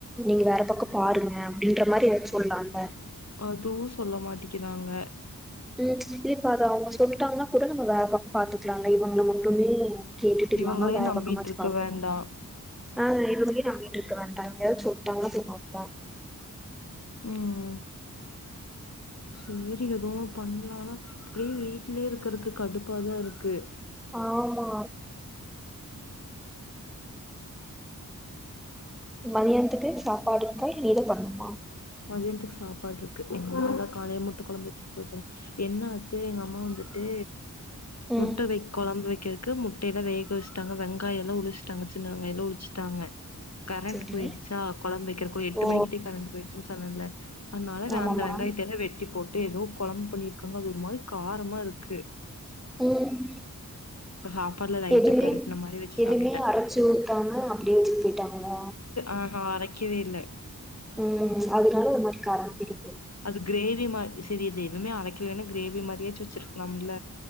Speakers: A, in the centre; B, on the left.
A: நீங்க வேற பக்கோ பாருங்க அப்டீன்ற மாரி சொல்லால்ல
B: அதுவு சொல்ல மாட்டிக்கிறாங்க
A: ம் சித்திப்பாதா அவுங்க சொல்லிட்டாங்கன்னா கூட நம்ம வேற பக்கோ பாத்துக்கலா இல்ல இவங்கள மட்டுமே கேட்டுட்டு இல்லாம
B: இவங்களையும்
A: வேற
B: நம்பிட்டு
A: பக்கமாச்சி
B: இருக்க
A: பாக்கலா
B: வேண்டாம்.
A: ஆ இவங்களே நம்பிட்டுருக்க வேண்டா எங்கயாவது சொல்ட்டாங்கனா போயி பாக்கலா
B: ம் செரி எதுவும் பன்லானா இப்டியே வீட்லயே இருக்கறதுக்கு கடுப்பாதா இருக்கு
A: ஆமா மதியானத்துக்கு சாப்பாடு இருக்கா இனிமேதா பண்ணணுமா
B: மதியானத்துக்கு சாப்பாடுருக்கு எங்க அம்மா தா காலைல முட்ட கொழம்பு வச்சிட்டு போச்சில என்னாச்சி எங்க அம்மா வந்துட்டு
A: ம்
B: முட்ட வை கொழம்பு வை க்கேறக்கு முட்டயல்லா வேக வஸ்ட்டாங்க வெங்காயோலாம் உறிஸ்ட்டாங்க சின்ன வெங்காயம் எல்லா உறிச்சிட்டாங்க கரண்ட்
A: சரி
B: போயிடுச்சா கொழம்பு வக்கிறக்கு எட்டு
A: ஓ
B: மணிக்கிட்டே கரண்ட்டு போயிருச்சின் சொன்ன இல்ல அதனால அத
A: ஆமாமா
B: அந்த வெங்காயத்தே வெட்டி போட்டு எதோ கொழம்பு பண்ணிருக்காங்க அது ஒரு மாரி காரமா இருக்கு
A: ம்
B: சாப்பாடுல லைட்டா
A: எதுவுமே
B: பெரட்ன மாரி வச்சு
A: எதுவுமே
B: சாப்ட்டுட்டே
A: அரச்சி ஊத்தாமா அப்டே வச்சிட்டு போய்ட்டாங்க இல்ல
B: ஆஹ அரைக்கவே இல்ல
A: ம் அதனால ஒரு மாரி காரம் தெரிது
B: அது கிரேவி மா செரி அது எதுவுமே அரைக்கலன்னு கிரேவி மாரியாச்சி வச்சிருக்கலாம் இல்ல